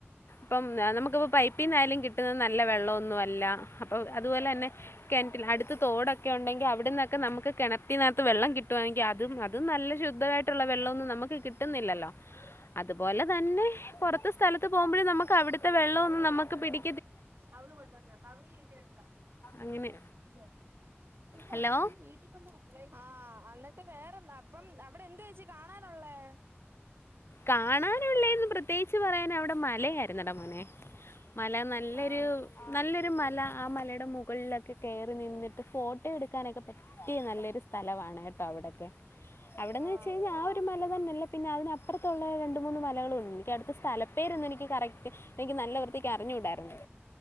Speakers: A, on the left (about 65°); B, on the right (about 55°).
A: പ്പം നമുക്കിപ്പ പൈപ്പിന്നായാലും കിട്ട്ന്നത് നല്ല വെള്ളൊന്നു അല്ല. അപ്പൊ അതുപോലെ തന്നെ കെൻറ്റിൽ അടുത്ത് തോടൊക്കെ ഉണ്ടെങ്കിൽ അവിടെന്നൊക്കെ നമുക്ക് കെണത്തിനാത്ത് വെള്ളം കിട്ടുവാണെങ്കി അതും, അതും നല്ല ശുദ്ധമായിട്ടുള്ള വെള്ളൊന്നും നമ്മക് കിട്ട്ന്നില്ലല്ലോ. അത്പോലെ തന്നെ പൊറത്ത് സ്ഥലത്ത് പോവുമ്പഴും നമുക്ക് അവിടു ത്തെ വെള്ളം ഒന്നും നമ്മക്ക് പിടി
B: അവള് <unintelligible> എട്ത്താ
A: അങ്ങനെ
B: <unintelligible> എല്ല.
A: ഹലോ
B: തി വീട്ടി ആഹ്, അന്നിട്ട് വേറെന്താ അപ്പം അവിടെ എന്തോ ഏച്ചി കാണാനൊള്ളേ.
A: കാണാനുള്ളേന്ന് പ്രത്യേകിച്ച് പറയാൻ അവിടെ മലയായിരുന്നട മോനെ മല ന നല്ലൊരു
B: ആഹ്
A: നല്ലൊരു മല ആ മലയുടെ മുകളിലക്കെ കെറി നിന്നിട്ട് ഫോട്ടോ എടുക്കാനൊക്കെ പറ്റിയ നല്ലൊരു സ്ഥലവാണ് കേട്ടോ അവിടൊക്കെ അവിടെന്ന്
B: ആഹ്
A: വെച്ച് കഴിഞ്ഞാൽ ആ ഒരു മല തന്നെയല്ല പിന്നെ അതിന അപ്പറത്തുള്ളത് രണ്ടും മൂന്ന് മലകളും ണ്ട് എനിക്ക അടുത്ത സ്ഥല പേര്ന്നും എനിക്ക് കറക്റ്റ് എനിക്ക് നല്ല വൃത്തിക്ക് അറിഞ്ഞുടായിരുന്നു